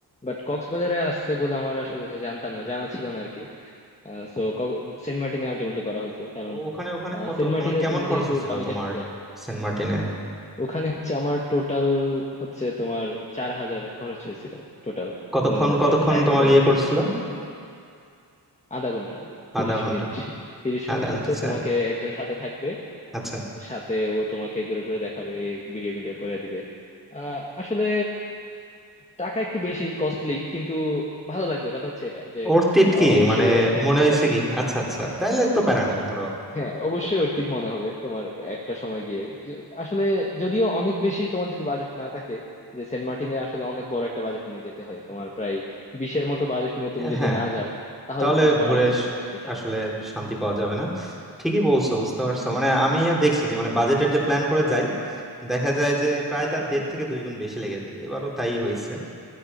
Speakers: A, on the left; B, in the centre.
A: বাট কক্সবাজারে আসছে বলে আমার আসলে জানতাম না জানা ছিল না আর কি সো সেন্ট মার্টিনে আলটিমেটলি করা হয়েছে কারণ
B: ওখানে ওখানে
A: আহ,
B: কত
A: সেন্ট মার্টিনে
B: মানে কেমন
A: তোমার
B: খরচ
A: যেহেতু
B: হয়েছিল
A: পানিটা
B: তোমার
A: clear,
B: সেন্ট মার্টিনে
A: ওখানে হচ্ছে আমার টোটাল হচ্ছে তোমার চার হাজার খরচ হয়েছিল টোটাল
B: কতক্ষণ
A: এটা
B: কতক্ষণ
A: হচ্ছে টাইমের
B: তোমার
A: উপর
B: ইয়ে
A: আর কি
B: করছিল
A: আধা ঘন্টা তিরিশ
B: আধা ঘন্টা
A: মিনিট তিরিশ মিনিট
B: আধা ঘন্টা
A: হচ্ছে
B: ছাড়া
A: তোমাকে একজন সাথে থাকবে
B: আচ্ছা
A: সাথে ও তোমাকে ঘুরে টুরে দেখাবে ভিডিও ভিডিও করে দিবে আহ আসলে টাকা একটু বেশি কস্টলি কিন্তু ভালো লাগবে কথা হচ্ছে এটা যে
B: ওর তিট
A: আহ,
B: কি
A: অবশ্যই
B: মানে
A: অর্থিত
B: মনে
A: এটা
B: হয়েছে কি আচ্ছা আচ্ছা তাহলে তো প্যারা নেই ধরো
A: হ্যাঁ অবশ্যই অর্থিত মনে হবে তোমার একটা সময় গিয়ে য- আসলে যদিও অনেক বেশি তোমার যদি বাজেট না থাকে যে সেন্ট মার্টিনে আসলে অনেক বড় একটা বাজেট নিয়ে যেতে হয় তোমার প্রায় বিশের মতো বাজেট নিয়ে তুমি যদি
B: হ্যাঁ
A: না যাও তাহলে
B: তাহলে
A: তোমার করা
B: ঘুরে
A: উচিত
B: আস-
A: না এটা
B: আসলে শান্তি পাওয়া যাবে না ঠিকই বলছো বুঝতে পারছো
A: হুম হুম
B: মানে আমি দেখছি যে মানে বাজেটের যে প্ল্যান করে যাই দেখা যায় যে প্রায় তার
A: হুম।
B: দেড় থেকে দুই গুণ বেশি লেগে যায় এবারও তাই হয়েছে